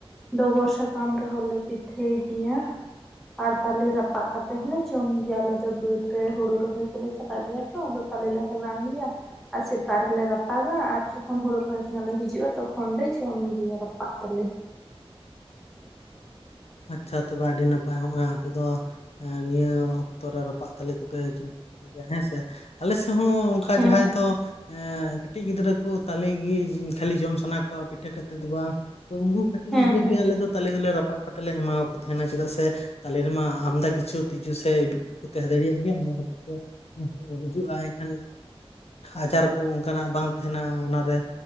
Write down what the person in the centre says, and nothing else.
ᱰᱚᱜᱚᱨ ᱥᱟᱠᱟᱢ ᱨᱮᱦᱚᱸ ᱞᱮ ᱯᱤᱴᱷᱟᱹᱭ ᱜᱮᱭᱟ᱾ ᱟᱨ ᱯᱟᱞᱮ ᱨᱟᱯᱟᱜ ᱠᱟᱛᱮ ᱦᱚᱸᱞᱮ ᱡᱚᱢ ᱜᱮᱭᱟ ᱾ᱟᱞᱮ ᱫᱚ ᱵᱟᱹᱫᱽ ᱨᱮ ᱦᱩᱲᱩ ᱨᱚᱦᱚᱭ ᱠᱚᱞᱮ ᱪᱟᱞᱟᱜ ᱜᱮᱭᱟ ᱛᱚ ᱟᱫᱚ ᱛᱟᱞᱮ ᱞᱮ ᱦᱟᱞᱟᱝ ᱟᱜᱩᱭᱟ ᱟᱨ ᱥᱮᱛᱟᱜ ᱨᱮᱞᱮ ᱨᱟᱯᱟᱜᱟ ᱟᱨ ᱡᱚᱠᱷᱚᱱ ᱦᱳᱲᱩ ᱨᱚᱦᱚᱭ ᱠᱷᱚᱱ ᱞᱮ ᱦᱤᱡᱩᱜᱼᱟ ᱛᱚᱠᱷᱚᱱ ᱞᱮ ᱡᱚᱢ ᱜᱮᱭᱟ ᱨᱟᱯᱟᱜ ᱛᱟᱞᱮ᱾
ᱦᱮᱸ
ᱦᱮᱸ
ᱦᱮᱸ